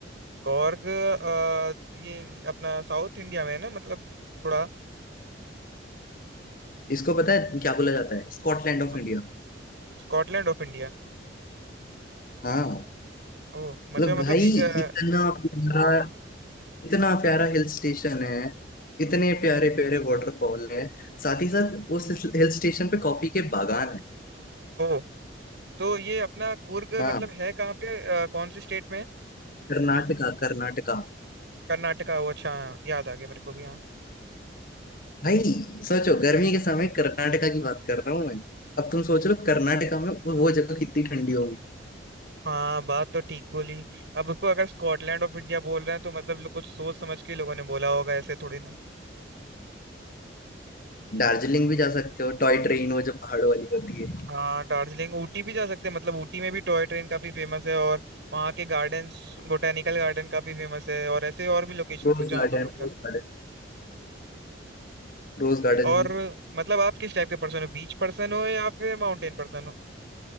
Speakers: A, on the right (about 65°); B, on the left (about 45°).
A: कॉर्ग अ, ये अपना साउथ इंडिया में है ना मतलब थोड़ा
B: इसको पता है क्या बोला जाता है Scotland
A: हाँ,
B: of India
A: स्कॉटलैंड ऑफ इंडिया
B: हाँ
A: ओ अच्छा
B: मतलब
A: मतलब
B: भाई
A: ये, अ,
B: इतना प्यारा इतना प्यारा हिल स्टेशन है इतने प्यारे प्यारे वाटरफॉल है साथ ही साथ उस हिल स्टेशन पे कॉफी के बागान है
A: ओ तो ये अपना कुर्ग
B: हाँ
A: मतलब है कहाँ पे अ, कौन सी स्टेट में है
B: कर्नाटका कर्नाटका
A: कर्नाटका ओ अच्छा हाँ, याद आ गया मेरे को भी हाँ
B: भाई सोचो गर्मी के समय कर्नाटका की बात कर रहा हूँ मैं अब तुम सोच
A: हम्म।
B: लो कर्नाटका में वो वो जगह कितनी ठंडी होगी
A: हाँ बात तो ठीक बोली अब उसको अगर स्कॉटलैंड ऑफ इंडिया बोल रहे हैं तो मतलब लोग कुछ सोच समझ के लोगों ने बोला होगा ऐसे थोड़ी ना
B: दार्जिलिंग भी जा सकते हो टॉय ट्रेन वो जो पहाड़ों वाली होती है
A: हाँ दार्जिलिंग ऊटी भी जा सकते हैं मतलब ऊटी में भी टॉय ट्रेन काफी फेमस है और वहाँ के गार्डन्स बोटेनिकल गार्डन काफी फेमस है और ऐसे और भी लोकेशन
B: Rose
A: है जहाँ
B: garden
A: पे हम लोग जा
B: rose
A: सकते
B: garden rose garden
A: हैं और मतलब आप किस टाइप के पर्सन हो बीच पर्सन हो या फिर माउंटेन पर्सन हो